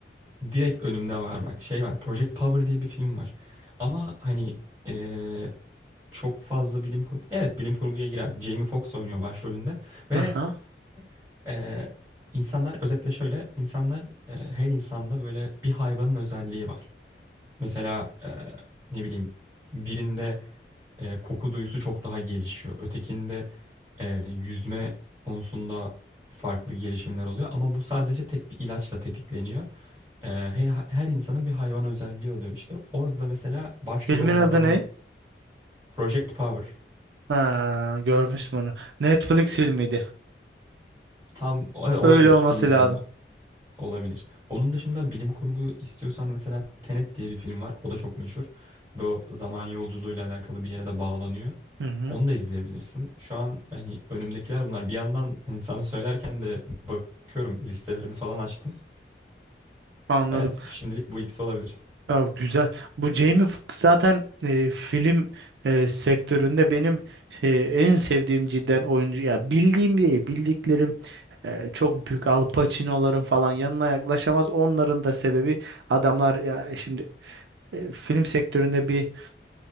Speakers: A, on the right; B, on the right.
A: Direkt önümde var bak şey var. Project Power diye bir film var. Ama hani eee, çok fazla bilim kurgu. Evet bilim kurguya girer. Jamie Foxx oynuyor başrolünde. Ve
B: Aha.
A: eee, insanlar özetle şöyle. insanlar eee, her insanda böyle bir hayvanın özelliği var. Mesela eee, ne bileyim birinde eee, koku duyusu çok daha gelişiyor. Ötekinde eee, yüzme konusunda farklı gelişimler oluyor. Ama bu sadece tek bir ilaçla tetikleniyor. Ee, her, her insanın bir hayvan özelliği oluyor işte. Orada da mesela başrol
B: Filmin
A: olan
B: adı
A: adamın
B: ne?
A: Project Power
B: Ha, görmüştüm onu. Netflix filmiydi.
A: tam o- olabilir
B: Öyle olması
A: bilmiyorum
B: lazım.
A: ben. Olabilir. Onun dışında bilim kurgu istiyorsan mesela Tenet diye bir film var. O da çok meşhur. Bu zaman yolculuğuyla alakalı bir yere de bağlanıyor.
B: Hı hı,
A: Onu da izleyebilirsin. Şu an hani önümdekiler bunlar. Bir yandan hani sana söylerken de bakıyorum listelerimi falan açtım.
B: anladım.
A: Evet, şimdilik bu ikisi olabilir.
B: Ya güzel. Bu Jamie Foxx zaten e, film e, sektöründe benim e, en sevdiğim cidden oyuncu. Ya bildiğim değil, bildiklerim e, çok büyük Al Pacino'ların falan yanına yaklaşamaz. Onların da sebebi adamlar ya e, şimdi e, film sektöründe bir